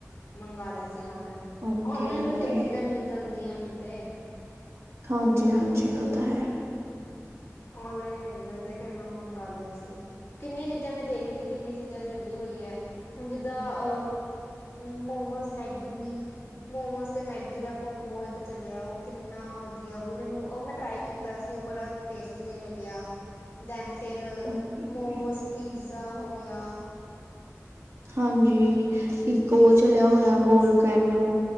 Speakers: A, on the left (about 50°); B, on the right (about 55°).
A: ਮੰਗਾ ਲਯਾ ਸੀ ਔਨਲਾਈਨ
B: ਓਕੇ
A: ਔਨਲਾਈਨ
B: ਓਕੇ
A: ਬਥੇਰੀ ਚੀਜ਼ਾਂ ਮਿਲ ਜਾਂਦੀਆਂ ਹੁਣ ਤੇ
B: ਹਾਂਜੀ-ਹਾਂਜੀ ਓ ਤਾਂ ਹੈ।
A: ਔਨਲਾਈਨ ਮਿਲ ਜਾਂਦੇ ਫੇਰ ਮੈਂ ਓ ਮੰਗਾ ਲਯਾ ਸੀ ਕਿੰਨੀ ਚੀਜ਼ਾਂ ਮੈਂ ਦੇਖਦੀ ਕਿੰਨੀ ਚੀਜ਼ਾਂ ਚੱਲੀ ਹੋਈ ਐ ਹੁਣ ਜਿੱਦਾਂ ਅ ਮੋਮੋਸ, ਮੈਗੀ ਮੋਮੋਸ ਤੇ ਮੈਗੀ ਦਾ ਕੋਮਬੋ ਇੱਕ ਚੱਲਿਆ ਓ ਕਿੰਨਾ ਵਧੀਆ ਓ ਵੀ ਮੈਨੂੰ ਓ ਮੈਂ ਟਰਾਈ ਕੀਤਾ ਸੀ ਓ ਬੜਾ ਟੇਸਟੀ ਜੇਆ ਲੱਗਿਆ ਦੈਨ ਫਿਰ
B: ਓਕੇ-ਓਕੇ।
A: ਮੋਮੋਸ, ਪੀਜ਼ਾ ਹੋ ਗਯਾ
B: ਹਾਂਜੀ। ਇੱਕ
A: ਪੀਜ਼ੇ
B: ਓ ਚਲਿਆ
A: ਦੇ ਉੱਤੇ
B: ਹੋਯਾ
A: ਮੋਮੋਸ
B: ਵੋਲਕੈਨੋ,
A: ਹਾਂ